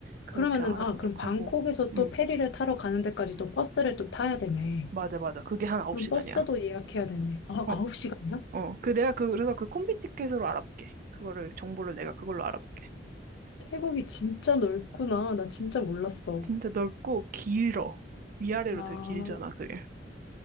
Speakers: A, on the right; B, on the left.
A: 그렇게
B: 그러면은,
A: 알아보도록
B: 아, 그럼 방콕에서
A: 하고. 응.
B: 또 페리를 타러 가는 데까지 또 버스를 또 타야 되네.
A: 맞아, 맞아. 그게 한 9시간이야.
B: 그럼 버스도 예약해야 되네. 아,
A: 어,
B: 9시간이야?
A: 어. 그 내가 그 그래서 그 콤비 티켓으로 알아볼게. 그거를 정보를 내가 그걸로 알아볼게.
B: 태국이 진짜 넓구나. 나 진짜 몰랐어.
A: 진짜 넓고 길어. 위아래로
B: 아,
A: 되게 길잖아, 그게.